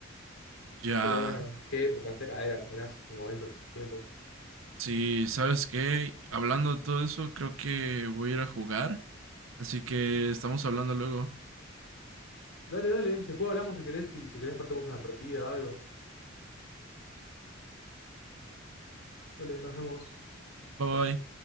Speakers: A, on the right; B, on the left.
A: Ya,
B: Pero bueno, qué época era, era buenas momentos, tiempos.
A: sí, ¿sabes qué? Hablando de todo eso, creo que voy a ir a jugar. Así que estamos hablando luego.
B: Dale, dale, después hablamos si querés y si querés partamos una partida, o algo. Dale, nos vemos.
A: Bye bye.